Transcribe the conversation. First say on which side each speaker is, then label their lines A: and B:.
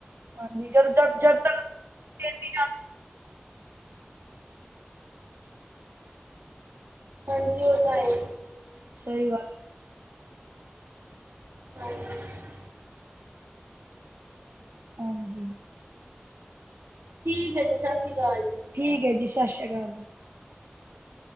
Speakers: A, on the right; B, on the right.
A: ਹਾਂਜੀ। ਜਦ, ਜਦ, ਜਦ ਦਾ ਤੇਤੀ ਨਾ
B: ਹਾਂਜੀ ਓ ਤਾਂ ਹੈ ਹੀ।
A: ਸਹੀ ਗੱਲ।
B: ਹਾਂਜੀ।
A: ਹਾਂਜੀ।
B: ਠੀਕ ਹੈ ਜੀ, ਸਸ ਸੀ ਅਕਾਲ ਜੀ।
A: ਠੀਕ ਐ ਜੀ ਸਸ ਸ਼ ਕਾਲ ਜੀ।
B: ਜੀ